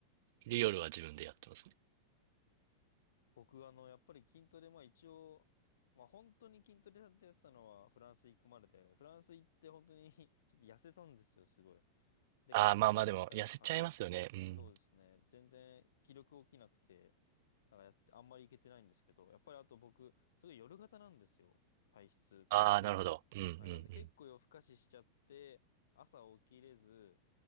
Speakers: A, on the right (about 65°); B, on the left (about 80°).
A: で、夜は自分でやってますね。
B: 僕、あの、やっぱり筋トレ、まあ一応、まあ本当に筋トレやってたのはフランス行くまでで、フランス行って本当に <laughs> ちょっと痩せたんですよ、すごい。で、
A: ああ、
B: 帰ってきてから、
A: まあまあでも、痩せちゃいますよね。
B: はい。
A: うん。
B: そうですね。全然気力起きなくて、なんかやって、あんまり行けてないんですけど、やっぱりあと僕、すごい夜型なんですよ。体質っていうか。
A: ああ、なるほど。うんうんうん。
B: はい、なんで結構夜更かししちゃって、朝起きれず、